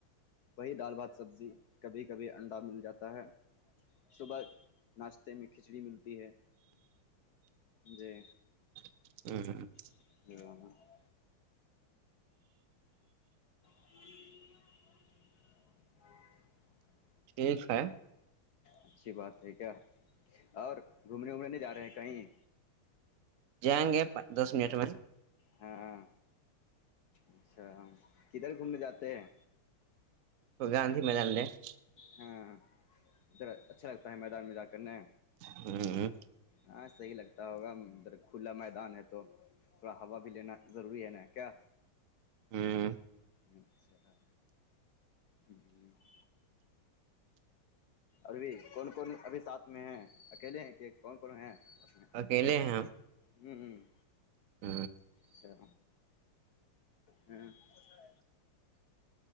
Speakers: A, on the left; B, on the right.
A: وہی دال بھات سبزی کبھی کبھی انڈا مل جاتا ہے صبح ناشتے میں کھچڑی ملتی ہے جی
B: <unintelligible>
A: <unintelligible> <unintelligible>
B: ٹھیک ہے
A: اچھی بات ہے کیا اور گھومنے وومنے نہیں جا رہے ہیں کہیں
B: جائیں گے دس منٹ میں
A: ہاں اچھا کدھر گھومنے جاتے ہیں
B: تو گاندی میدان ر <inaudible>
A: ہاں اھر اچھا لگتا ہے میدان میں جا کرنے
B: ہوں <inaudible>
A: ہاں صحیح لگتا ہوگا ادھر کھلا میدان ہے تو تھوڑا ہوا بھی لینا ضروری ہے نا کیا
B: ہ <inaudible>
A: اچھا ہ <inaudible> ابھی کون کون ابھی ساتھ میں ہے اکیلے ہیں کہ کون کون ہیں س
B: اکیلے ہیں
A: میں ہ ہ
B: ہ
A: سا ہ <inaudible>